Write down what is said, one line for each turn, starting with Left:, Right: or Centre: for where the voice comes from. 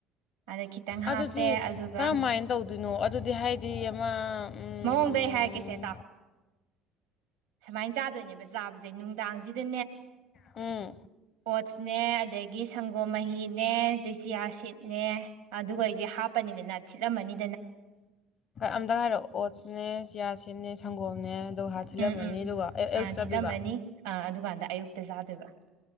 Right: ꯑꯗ ꯈꯤꯇꯪ ꯍꯥꯞꯄꯦ
Left: ꯑꯗꯨꯗꯤ
Right: ꯑꯗꯨꯒ
Left: ꯀꯔꯝ ꯃꯥꯢꯏꯅ ꯇꯧꯗꯣꯏꯅꯣ ꯑꯗꯨꯗꯤ ꯍꯥꯏꯗꯤ ꯑꯃ ꯎꯝ
Right: ꯃꯑꯣꯡꯗ ꯍꯥꯏꯔꯛꯀꯦꯁꯦ ꯇꯥꯎ ꯁꯨꯃꯥꯏꯅ ꯆꯥꯗꯣꯏꯅꯦꯕ ꯆꯥꯕꯁꯦ ꯅꯨꯡꯗꯥꯡꯁꯤꯗ
Left: ꯎꯝ
Right: ꯑꯣꯠ ꯅꯦ ꯑꯗꯒꯤ ꯁꯪꯒꯣꯝ ꯃꯍꯤꯅꯦ ꯑꯗꯩ ꯆꯤꯌꯥꯁꯤꯠꯅꯦ ꯑꯗꯨꯒꯩ ꯁꯦ ꯍꯥꯞꯄꯅꯤꯅꯅꯦ ꯊꯤꯠꯂꯝꯃꯅꯤ
Left: ꯑꯃꯇ ꯍꯥꯏꯔꯛꯑꯣ ꯑꯣꯠꯁꯅꯦ ꯆꯤꯔꯥꯁꯤꯠꯅꯦ ꯁꯪꯒꯣꯝꯅꯦ ꯑꯗꯨꯒ ꯍꯥ ꯊꯤꯜꯂꯝꯃꯅꯤ
Right: ꯎꯝ ꯎꯝ
Left: ꯑꯗꯨꯒ ꯑ ꯑꯌꯨꯛ
Right: ꯑꯥ
Left: ꯆꯗꯣꯏꯕ
Right: ꯊꯤꯠꯂꯝꯃꯅꯤ ꯑꯥ ꯑꯗꯨꯀꯥꯟꯗ ꯑꯌꯨꯛꯇ ꯆꯥꯗꯣꯏꯕ